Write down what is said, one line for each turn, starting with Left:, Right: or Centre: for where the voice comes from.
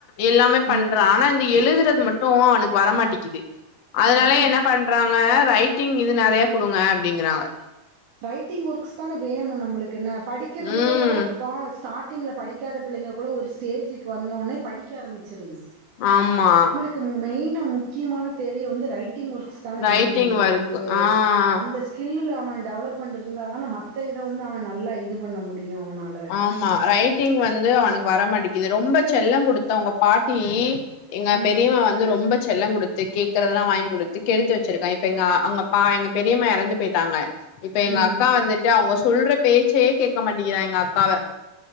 Left: எல்லாமே பண்றா
Right: ம்
Left: ஆனா இந்த எழுதுறது மட்டு டு அவனுக்கு வரமாட்டிங்குது அதனால
Right: ஆனா
Left: என்ன பண் பண்றாங்க ரைட்டிங் இது நெறைய குடுங்க அப்டிங்கறாங்க
Right: ரைட்டிங் ஒர்க்ஸ் தானே வேணு நம்மளுக்கு என்ன படிக்கிறது
Left: ம்
Right: கூட இப்போ ஸ்டார்ட்டிங்கில்ல படிக்காத பிள்ளைங்க கூட ஒரு ஸ்டேஜக்கு வந்தோனே படிக்க ஆரம்பிச்சிருது
Left: ஆமா
Right: மெயின்னா முக்கியமான தேவையே வந்து ரைட்டிங் ஒர்க்ஸ் தானே
Left: ரைட்டிங்
Right: வேணு நம்மளுக்கு
Left: ஒர்க்
Right: வந்து
Left: ஆ
Right: அந்த ஸ்கில்லுல அவ டெவலப்மெண்ட் இருந்தா தானே மத்த இத வந்து அவ நல்லா இது பண்ண முடியு அவனால
Left: ஆமா ரைட்டிங் வந்து அவனுக்கு வரமாட்டேக்கிது ரொம்ப செல்லோ குடுத்து அவங்க பாட்டி எங்க
Right: ம்
Left: பெரியவ ரொம்ப செல்லோ குடுத்து கேக்குறதெல்லா வாங்கி குடுத்து கெடுத்து வெச்சிருக்க இப்ப அங்கப்ப எங்க பெரியம்மா எறந்து போய் ட்டாங்க இப்ப எங்க
Right: ம்
Left: அக்கா வந்துட்டு அவங்க சொல்ற பேச்சே கேக்க மாட்டேங்கிறா எங்க அக்காவ